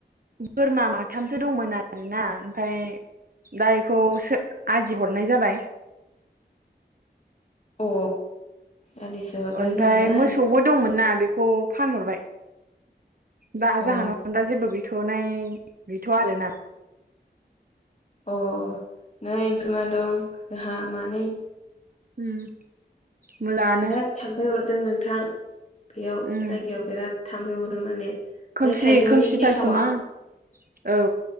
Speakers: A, on the right (about 55°); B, on the left (about 40°).
A: बोरमा माथामसो दंमोन आरोना। ओमफाय दा बेखौ आजि हरनाय जाबाय।
B: अ आदिसो हरबाय
A: अन्थाइ
B: जाहैबाय
A: मोसौबो दंमोन ना बेखौ फानहरबाय। दा
B: अ
A: जाहानाव दा जेबो गैथ' नाय गैथ'या आरोना
B: अ नै बोरमा दं जोंहा मानै
A: उम मोजाङानो
B: बिराद थामफै अर दों नोंथां बेयाव
A: उम
B: जायगायाव बिराद थामफै अरो माने
A: खोमसि
B: बे थाइजौनि
A: खोमसिथारखोमा?
B: गेसावा
A: औ